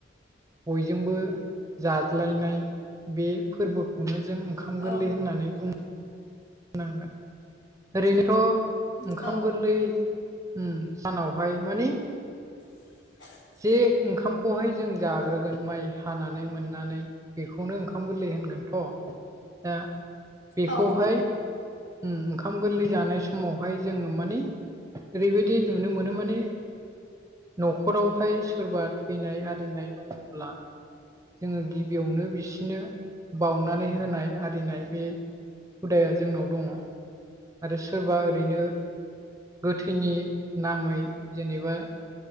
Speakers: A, on the right (about 15°); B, on the left (about 65°).
A: बयजोंबो जाज्लायनाय बे फोरबोखौनो जों खाम
B: औ
A: गोरलै होननानै बुङो। होनांगोन ओरैनोथ' ओंखाम
B: औ
A: गोरलै उम सानावहाय माने
B: <unintelligible>
A: जे ओंखामखौहाय जों जाग्रोगोन माइ हानानै मोननानै बेखौनो ओंखाम गोरलै होनगोनथ' दा बेखौहाय
B: औ
A: उम ओंखाम गोरलै जानाय समावहाय जोङो माने ओरैबायदि नुनो मोनो माने न'खरावहाय सोरबा थैनाय आरिनाय दङब्ला जोङो गिबियावनो बिसोरनो बावउनानै होनाय आरिनाय बे हुदाया जोंनाव दङ। आरो सोरबा ओरैनो गोथैनि नामै जेनेबा